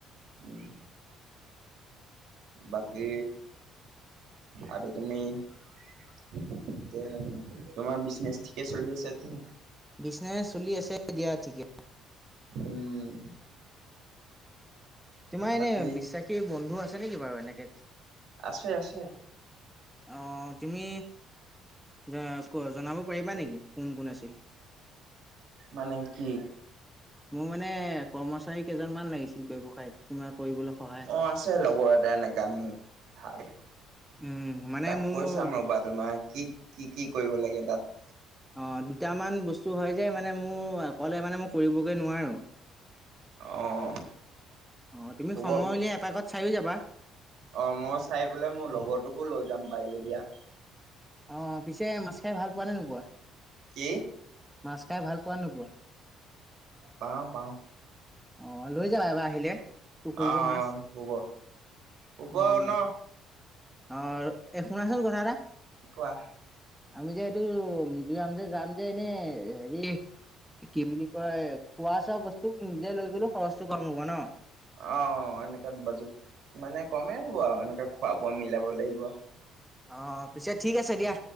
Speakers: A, on the right; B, in the centre.
A: উম, বাকী আৰু তুমি এতিয়া তোমাৰ বিজনেচ ঠিকে চলি আছে তো?
B: বিজনেচ চলি আছে দিয়া ঠিকে।
A: উম।
B: তোমাৰ
A: বাকী
B: এনেই বিশ্বাসী বন্ধু আছে নেকি বাৰু এনেকে?
A: আছে আছে।
B: অঁ তুমি জ জনাব পাৰিবা নেকি কোন কোন আছিল?
A: মানে কি
B: মোৰ মানে কৰ্ম চাৰী কেইজনমান লাগিছিল ব্যৱসায়ত তোমাৰ কৰিবলে সহায়।
A: অ', আছে লগৰ এটা এনেকা মোৰ ভাল।
B: উম, মানে
A: তাক
B: মোৰ
A: কৈ চাম ৰবা তোমাৰ কি কি কি কৰিব লাগে তাত?
B: অঁ দুটামান বস্তু হয় যে মানে মোৰ অকলে মানে মই কৰিবগে নোৱাৰো।
A: অ'।
B: অঁ তুমি সময়
A: হ'ব
B: উলিয়াই এপাকত চাইয়ো যাবা।
A: অঁ মই চাই পেলাই মোৰ লগৰটোকো লৈ যাম পাৰিলে দিয়া।
B: অঁ পিছে মাছ খাই ভাল পোৱা নে নোপোৱা?
A: কি?
B: মাছ খাই ভাল পোৱা নোপোৱা?
A: পাওঁ পাওঁ।
B: অঁ লৈ যাবা এবাৰ আহিলে পুখুৰীৰ
A: অ',
B: পৰা মাছ,
A: হ'ব হ'ব
B: উম।
A: ন
B: অঁ, এই শুনাচোন কথা এটা।
A: কোৱা?
B: আমি যে এইটো মিজোৰাম যে যাম যে এনেই হেৰি কি বুলি কয় খোৱা চোৱা বস্তু নিজে লৈ গলেও খৰচটো কম হ'ব ন।
A: অঁ, এনেকাত বাজেত মানে কমেই হব আৰু এনেকা খোৱা বোৱা মিলাব লাগিব।
B: অঁ পিছে ঠিক আছে দিয়া।